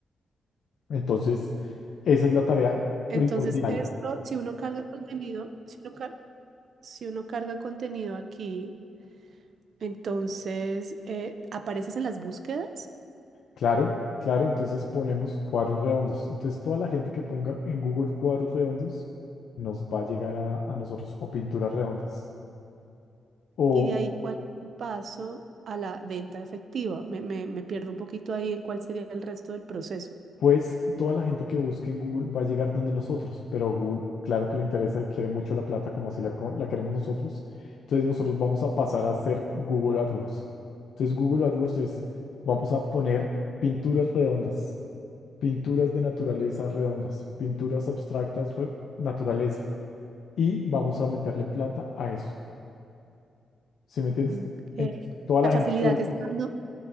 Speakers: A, on the left; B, on the right.
A: Entonces, esa es la tarea
B: Entonces,
A: primordial.
B: esto, si uno carga contenido, si uno, car- si uno carga contenido aquí, entonces eh, apareces en las búsquedas
A: Claro, claro, entonces ponemos cuadros redondos. Entonces toda la gente que ponga en Google cuadros redondos nos va a llegar a, a nosotros o pinturas redondas. O
B: y de ahí cuál es el paso a la venta efectiva. Me, me, me pierdo un poquito ahí en cuál sería el resto del proceso.
A: pues toda la gente que busque en Google va a llegar donde nosotros, pero Google claro que le interesa y quiere mucho la plata como si la, co- la queremos nosotros. Entonces nosotros vamos a pasar a hacer Google AdWords. Entonces Google AdWords es, vamos a poner pinturas redondas, pinturas de naturaleza redondas, pinturas abstractas re- naturaleza y vamos a meterle plata a eso. ¿Sí me entiendes?
B: Mm, ok.
A: Entonces, toda la
B: La facilidad
A: gente que busca,
B: que está dando